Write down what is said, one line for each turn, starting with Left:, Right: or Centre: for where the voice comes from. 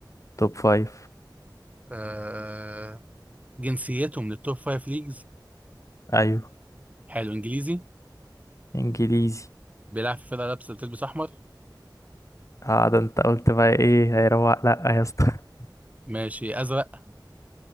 Left: توب فايف
Right: آه، جنسيته من التوب فايف ليجز
Left: ايوه
Right: حلو انجليزي
Left: انجليزي
Right: بيلعب في فرقه لابسه بتلبس احمر
Left: اه ده انت قلت بقى ايه هيروق لا يا اسطى <laughs>
Right: ماشي ازرق